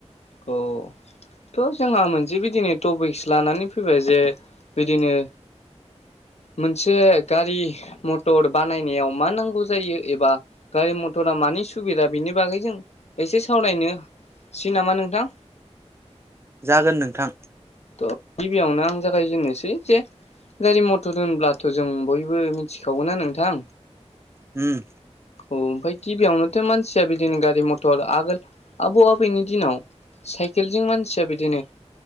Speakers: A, on the left; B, on the right.
A: औ थ' जोंहा मोनसे बिदिनो टपिक्स लानानै फैबाय जे बिदिनो मोनसे गारि मथर बानायनायाव मा नांगौ जायो एबा गारि मथरा मानि सुबिदा बेनि बागै जों एसे सावरायनोसै नामा नोंथां
B: जागोन नोंथां
A: थ' गिबियावनो आं जागायजेनोसै जे गारि मथर होनब्लाथ' जों बयबो मिथिखागोना नोंथां
B: उम
A: औ ओमफ्राय गिबियावनोथ' मानसिया बिदिनो गारि मथर आगोल आबौ आबैनि दिनाव साइकेलजों मानसिया बिदिनो